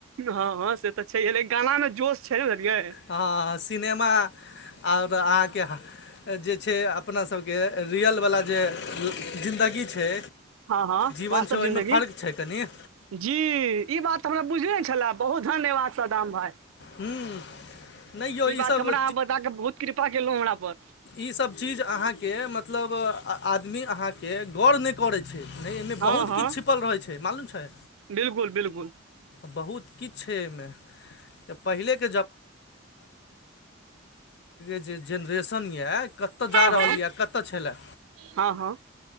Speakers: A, on the right (about 80°); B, on the left (about 55°).
A: हँ हँ से तऽ छैेहे लेकिन गाना मे जोश छै ने बुझलियै
B: हं सिनेमा ओर अहाँके जे छै अपना सबके रियलवला जे जिन्दगी छै
A: हँ हँ
B: जीवन
A: वास्तव
B: छै ओहिमे
A: जिन्दगी
B: फर्क छै कनि
A: जी ई बात हमरा बुझने छल बहुत धन्यवाद सदाम भाय
B: हूँ नहि यौ
A: ई बात
B: ईसब
A: हमरा अहाँ बता कऽ बहुत कृपा केलहुं हमरा पर
B: इ सब चीज अहा के मतलब आदमी आहाँ के गौर न करै छै नइ एहिमे
A: हँ
B: बहुत
A: हँ
B: किछु छिपल रहैत छै मालूम छै
A: बिल्कुल बिल्कुल
B: बहुत किछ छै एहिमे प ब ब स्टेशन य कतय
A: हँ
B: जा
A: हँ
B: रहल य कतय छलै
A: हँ हँ